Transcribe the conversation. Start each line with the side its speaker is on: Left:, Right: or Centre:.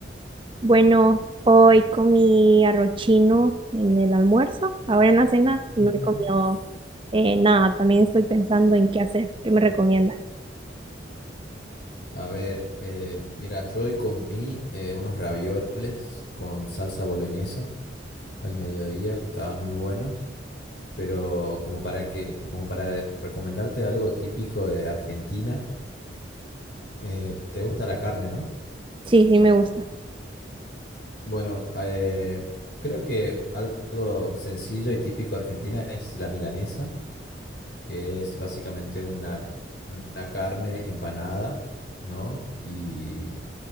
Right: Bueno, hoy comí arroz chino en el almuerzo, ahora en la cena no
Left: Ujú.
Right: he comido eh, nada, también estoy pensando en qué hacer, ¿qué me recomiendas?
Left: A ver, eh, mira, yo hoy comí eh, unos ravioles con salsa boloñesa al mediodía que estaban muy buenos, pero como para que, como para recomendarte algo típico de Argentina, eh, te gusta la carne, ¿no?
Right: Sí, sí me gusta.
Left: Bueno, eh, creo que algo sencillo y típico de Argentina es la milanesa, que es básicamente una, una carne empanada, ¿no? Y